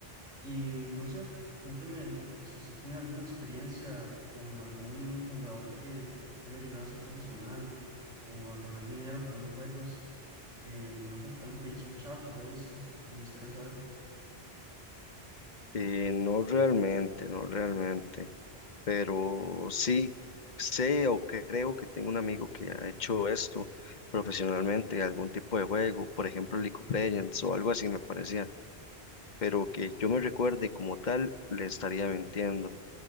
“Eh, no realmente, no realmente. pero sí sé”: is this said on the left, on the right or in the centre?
Left